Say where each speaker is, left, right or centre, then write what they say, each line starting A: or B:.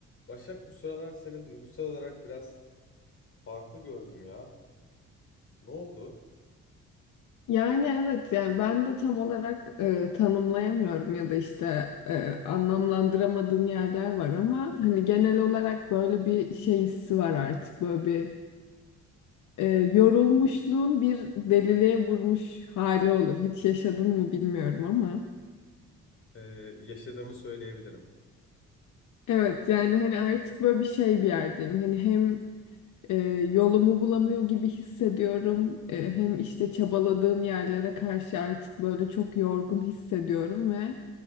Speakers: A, on the left; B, on the left.
A: Başak bu sıralar seni duygusal olarak biraz farklı gördüm ya. Ne oldu?
B: Yani evet yani ben de tam olarak e, tanımlayamıyorum ya da işte e, anlamlandıramadığım yerler var ama hani genel olarak böyle bir şey hissi var artık böyle bir e, yorulmuşluğun bir deliliğe vurmuş hali olur. Hiç yaşadın mı bilmiyorum ama.
A: Ee, yaşadığımı söyleyebilirim.
B: Evet yani hani artık böyle bir şey bir yerdeyim. Hani hem e, yolumu bulamıyor gibi hissediyorum. E, hem işte çabaladığım yerlere karşı artık böyle çok yorgun hissediyorum ve